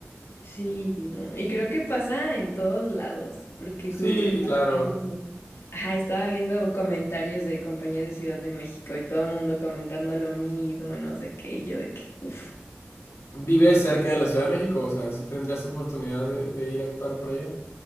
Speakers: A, on the left (about 70°); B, on the left (about 85°).
A: Sí, no. Y creo que pasa en todos lados, porque
B: Sí,
A: justo estaba
B: claro.
A: viendo, ajá, estaba viendo comentarios de compañías de Ciudad de México y todo el mundo comentando lo mismo y no sé qué, y yo de que, uff.
B: vive cerca de la Ciudad de México? O sea, sí tendrías oportunidad de, de ir a actuar para allá.